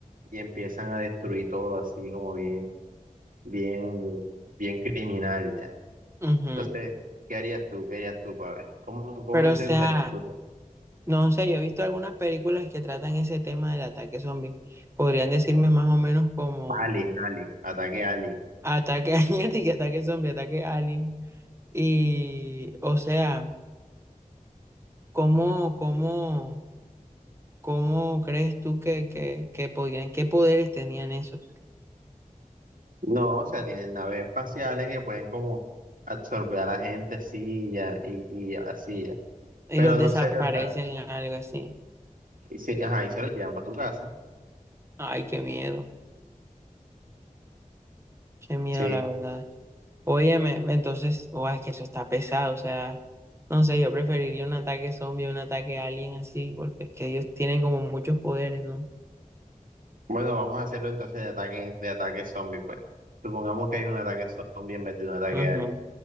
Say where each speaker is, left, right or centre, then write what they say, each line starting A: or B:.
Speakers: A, on the right; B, on the right.
A: y empiezan a destruir todo así como bien. bien, bien criminal ya.
B: Ujú.
A: Entonces, ¿qué harías tú? ¿Qué harías tú, ver? ¿Cómo, cómo
B: Pero,
A: intentarías
B: o sea,
A: tú?
B: no sé, yo he visto algunas películas que tratan ese tema del ataque zombie. Podrían decirme más o menos como
A: Alien, alien, ataque alien.
B: Ataque <laughs> alienítica, ataque zombie, ataque alien. Y, o sea, ¿cómo, cómo, cómo crees tú que, que, que podían, qué poderes tenían esos?
A: No, o sea, tienen naves espaciales que pueden como absorber a la gente así ya, y, y así ya.
B: Y
A: Pero
B: los
A: no
B: desaparecen,
A: sé, o sea,
B: algo así.
A: y se, ajá, y se los llevan para tu casa.
B: Ay, qué miedo, qué miedo,
A: Sí.
B: la verdad. Óyeme, entonces, oh, es que eso está pesado, o sea, no sé, yo preferiría un ataque zombie, a un ataque alien así, porque es que ellos tienen como muchos poderes, ¿no?
A: Bueno, vamos a hacerlo entonces de ataque, de ataque zombie, pues. Supongamos que hay un ataque zombie en vez de un ataque
B: Ujú.
A: alien.